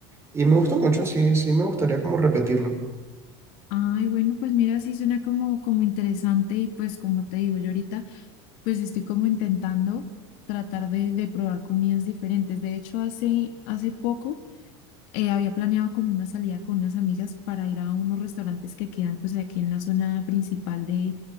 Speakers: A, on the right; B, on the left.
A: y me gustó mucho, sí, sí me gustaría como repetirlo.
B: Ay, bueno, pues mira, sí suena como, como interesante y pues como te digo, yo ahorita pues estoy como intentando tratar de, de probar comidas diferentes. De hecho, hace, hace poco eh, había planeado como una salida con unas amigas para ir a unos restaurantes que quedan pues aquí en la zona principal de,